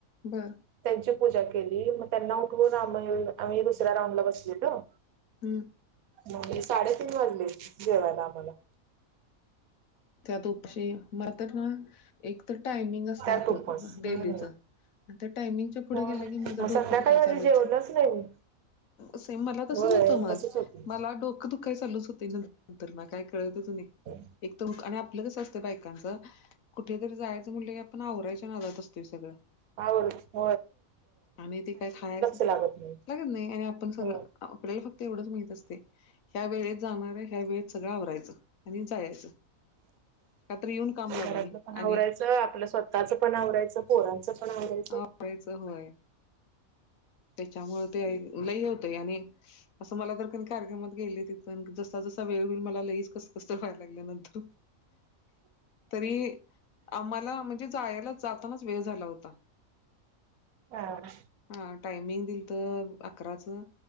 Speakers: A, on the left (about 75°); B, on the right (about 85°).
A: बरं,
B: त्यांची पूजा केली मग त्यांना उठवून आमही ये आम्ही दुसऱ्या राऊंड ला बसविलो.
A: हम्म,
B: नाही साडेतीन वाजली हो जेवायला आम्हाला.
A: त्यात उपशी मर तर ना एक तर टायमिंग असते
B: त्यात
A: आप
B: उपवास
A: डेलीच.
B: हम्म
A: त्या टायमिंगच्या पुढे
B: मग
A: गेले की माझं डोकंधुका
B: संध्याकाळी
A: चालू
B: माझी
A: होतं.
B: जेवलंच नाही मी
A: सेम मला तसंच
B: होय
A: होतं मग
B: तसच होते
A: मला डोकं दुखाय चालूच होते नंतर ना काय कळत नाही.
B: हो,
A: एक तर आणि आपलंच असतं बायकांचं कुठेतरी जायचं म्हटलं की, आपण आवरायच्या ना जात असतो सगळं.
B: हा, बोल की,
A: आणि ते काय खायचं
B: लागत नाही
A: लागत नाही आणि आपण सगळं.
B: हो
A: आपल्याला फक्त एवढंच माहीत असतय. ह्या वेळेत जाणार आहे ह्या वेळेत सगळं आवरायचं आणि जायचं. का तर येऊन काम लागू
B: घरातलं
A: नये
B: पण
A: आणि
B: आवराायचं आपलं स्वतःच पण आवरायचं पोरांच पण आवरायचं.
A: आवयचं होय, त्याच्यामुळे ते लय होतय आणि'' असं मला तर कध कार्यक्रमात गेले तिथून जस्सा जसा वेळवेळी मला लईच कस कसं व्हाय लागलं नंतर. <inaudible> तरी आम्हाला म्हणजे जायला जातानाच वेळ झाला होता.
B: हा,
A: हा, टायमिंग दिल तर अकराचं.